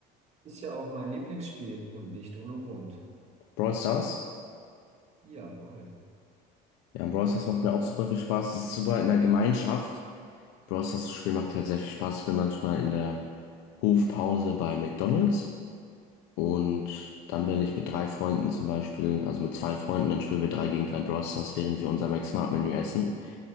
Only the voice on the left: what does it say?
Brawl Stars?
Ja, Brawl Stars macht mir auch super viel Spaß. Es ist super in der Gemeinschaft. Brawl Stars zu spielen macht halt sehr viel Spaß. Ich bin manchmal in der Hofpause bei McDonald's und dann bin ich mit drei Freunden zum Beispiel, also mit zwei Freunden, dann spielen wir drei gegen drei Brawl Stars, während wir unser Max Smart Menü essen.